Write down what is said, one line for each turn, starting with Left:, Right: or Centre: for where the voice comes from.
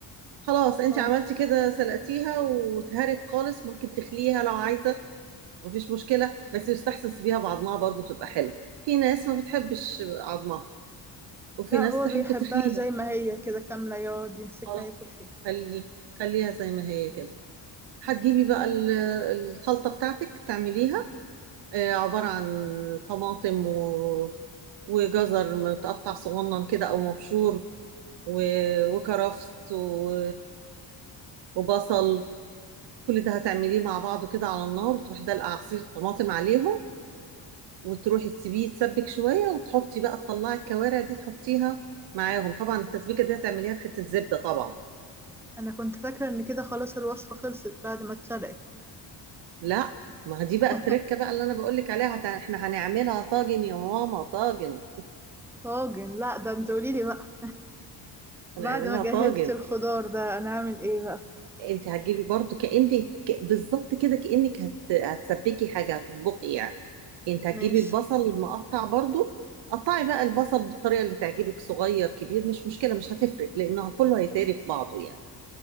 Right: خلاص انت
Centre: اه
Right: عملتي كده سلقتيها واتهرت خالص ممكن تخليها لو عايزة مفيش مشكلة بس يستحسن تسيبيها بعضمها برضو بتبقى حلوة في ناس ما بتحبش عظمها وفي
Centre: لا
Right: ناس
Centre: هو
Right: تحب
Centre: بيحبها
Right: تخليها
Centre: زي ما هي كده كاملة يقعد يمسكها
Right: خلاص
Centre: ياكل فيها
Right: خلي خليها زي ما هي كده هتجيبي بقى ال- الخلطة بتاعتك تعمليها آه، عبارة عن طماطم و... وجزر متقطع صغنن كده أو مبشور و... وكرفس و... وبصل كل ده هتعمليه مع بعضه كده على النار وتروحي دلقة عصير الطماطم عليهم وتروحي تسيبيه يتسبك شوية وتحطي بقى تطلعي الكوارع دي تحطيها معاهم طبعا التسبيكة دي هتعمليها بحتة زبدة طبعا
Centre: انا كنت فاكرة ان كده خلاص الوصفة خلصت بعد ما اتسلقت
Right: لا ما دي بقى
Centre: <laughs>
Right: التركة بقى اللي أنا بقولك عليها هت... احنا هنعملها طاجن يا ماما طاجن
Centre: طاجن لا ده انت قوليلي بقى بعد
Right: هنعملها
Centre: ما جهزت
Right: طاجن
Centre: الخضار ده انا اعمل ايه بقى
Right: انت هتجيبي برضو كأنك ك- بالظبط كده كأنك هت... هتسبكي حاجة هتطبخي يعني انت هتجيبي
Centre: ماشي
Right: البصل المقطع برضو قطعي بقى البصل بالطريقة اللي تعجبك صغير كبير مش مشكلة مش هتفرق لأنه كله هيتهري في بعضه يعني